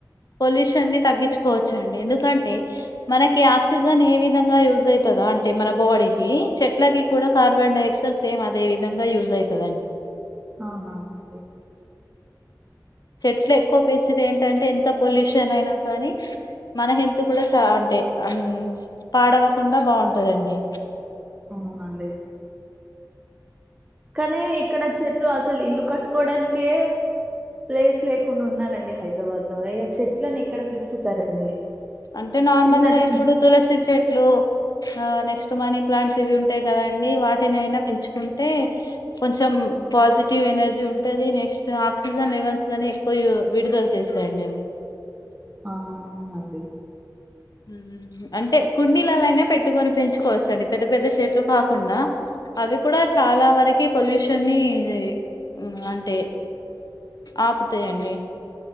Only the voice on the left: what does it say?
పొల్యూషన్ని ని తగ్గించుకోవచ్చుండి ఎందుకంటే మనకి అక్ ఆక్సిజన్ ఏ విధంగా యూజ్ అవుతుంద అంటే మన బాడీకి చెట్లకి కూడా కార్బన్ డై ఆక్సైడ్ సేమ్ అదే విధంగా యూజ్ అవుతదండి
చెట్లు ఎక్కువ పెంచితే ఏంటంటే ఎంత పొల్యూషన్ అయినా కానీ మన హెల్త్ కూడా చా అంటే ఆ పాడావ్వకుండా బాగుంటందండి
అంటే నార్మల్గా
ఇప్పుడు తులసి చెట్లు ఆ నెక్స్ ట్ మనీ ప్లాంట్స్ ఇవి ఉంటాయి కదా అండి వాటిని అయినా పెంచుకుంటే కొంచెం పాజిటివ్ ఎనర్జీ ఉంటుంది. నెక్స్ట్ ఆక్సిజన్ లెవెల్స్లని ఎక్కువ విడుదల చేస్తాయండి అవి.
మ్మ్ అంటే కుండీల లైనా పెట్టుకొని పెంచుకోవచ్చు అండి పెద్ద పెద్ద చెట్లు కాకుండా, అవి కూడా చాలా వరకి పొల్యూషన్ని జే మ్ అంటే ఆపుతాయండి.